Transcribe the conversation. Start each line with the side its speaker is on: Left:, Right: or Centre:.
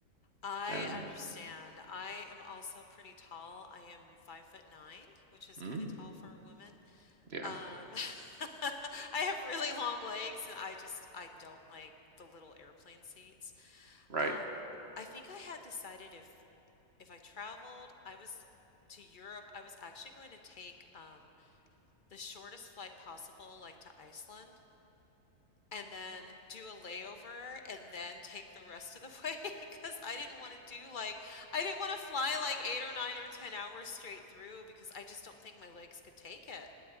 Left: I
Right: And
Left: understand. I am also pretty tall. I am five foot nine, which is
Right: mm,
Left: kind of tall for a woman.
Right: yeah,
Left: Um, <laughs> I have really long legs and I just I don't like the little airplane seats.
Right: right.
Left: Um, I think I had decided if if I traveled, I was to Europe, I was actually going to take um the shortest flight possible, like to Iceland, and then do a layover and then take the rest of the <laughs> way because I didn't want to do like I didn't want to fly like eight or nine or ten hours straight through because I just don't think my legs could take it.